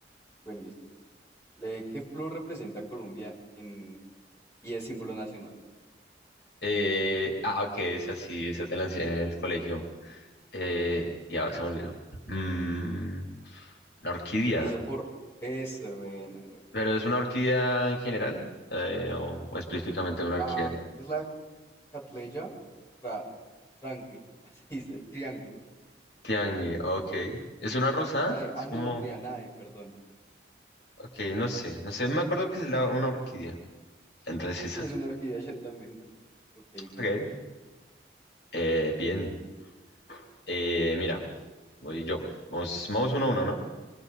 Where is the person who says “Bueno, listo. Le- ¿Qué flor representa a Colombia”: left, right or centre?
Left